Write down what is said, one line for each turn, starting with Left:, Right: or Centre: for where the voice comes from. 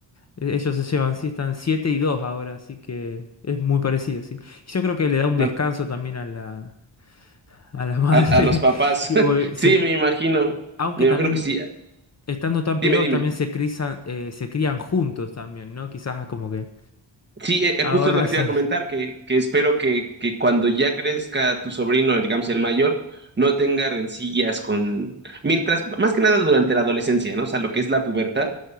Left: e- ellos se llevan, sí, están siete y dos ahora, así que es muy parecido, sí. Y Yo creo que le da un
Right: Bueno,
Left: descanso también a la, a la <laughs> madre,
Right: a, a los papás.
Left: digo,
Right: <laughs>
Left: porque se-
Right: Sí, me imagino,
Left: aunque
Right: me
Left: también
Right: imagino que sí.
Left: estando tan
Right: Dime,
Left: pegados
Right: dime.
Left: también se crizan, eh, se crían juntos también, ¿no? Quizás como que
Right: Sí, eh, eh,
Left: ahorras
Right: justo es lo que te iba
Left: ahí.
Right: a comentar, que, que espero que, que cuando ya crezca tu sobrino, digamos el mayor, no tenga rencillas con... Mientras, más que nada durante la adolescencia, ¿no? O sea, lo que es la pubertad,